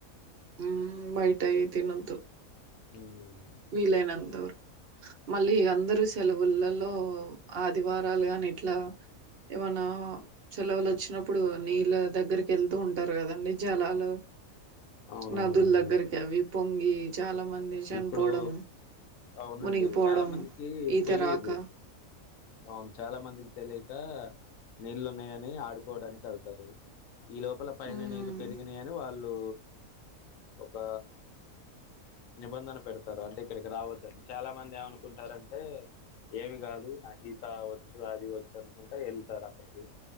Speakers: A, on the right; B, on the left.
A: మ్మ్ బయటయి తినవదు
B: హ
A: విీలేనంత వరకు మళ్ళీ అందరుూ సెలవులలో ఆదివారాలు గాని ఇట్లా ఏమన్నా సెలవులు వచ్చినప్పుడు నీళ్ళ దగ్గరికి వెళ్తూ ఉంటారు కదండి జలాలు
B: అవునవునండి
A: నదుల దగ్గరకి అవి పొంగి చాలా మంది చనిపో
B: ఇప్పుడు
A: పోవడం
B: అవునండి
A: మునిగిపోవడం
B: చాలా మందికి
A: ఈ తరాక
B: తెలీదు అవును చాలా మందికి తెలియక నీళ్ళున్నాయని ఆడుకోవడానికి వెళ్తారు ఈ లోపల పైన
A: మ్మ్
B: నీరు పెరిగినాయని వాళ్ళు ఒక నిబంధన పెడతారు అంటే ఇక్కడికి రావద్దని చాలా మంది ఏమనుకుంటారంటే ఏమి కాదు నాకు సీత వచ్చు అది వచ్చు అనుకుంట వెళ్తారు అక్కడికి